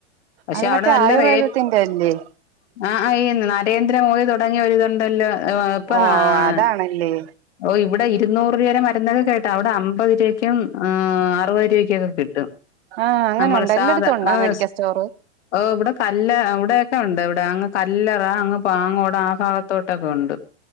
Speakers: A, on the left; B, on the right.
A: പക്ഷേ
B: അത്
A: അവിടെ
B: മറ്റേ
A: നല്ല
B: ആയുർവേദത്തിന്റെ
A: റേറ്റ്
B: അല്ലേ
A: <unintelligible> നരേന്ദ്രമോദി തുടങ്ങിയ ഒരിതുണ്ടല്ലോ ഇപ്പൊ <unintelligible>
B: ഓ അതാണല്ലേ
A: ഓ ഇവിടെ ഇരുന്നൂറ് രൂപ വരെ മരുന്നൊക്കെ കേട്ടാ അവിടെ അമ്പത് <unintelligible> ആഹ് അറുപത് രൂപക്കൊക്കെ കിട്ടും
B: ആഹ് അങ്ങനെ
A: നമ്മള്
B: ഉണ്ട്
A: <unintelligible>
B: എല്ലായിടത്തും ഉണ്ടോ മെഡിക്കൽ സ്റ്റോറ്
A: ഓ ഇവിടെ കല്ല ഇവിടെക്കെ ഉണ്ട് ഇവിടെ അങ്ങ് കല്ലറ അങ്ങ് പാങ്ങോട് ആ ഭാഗത്തോട്ടൊക്കെ ഉണ്ട്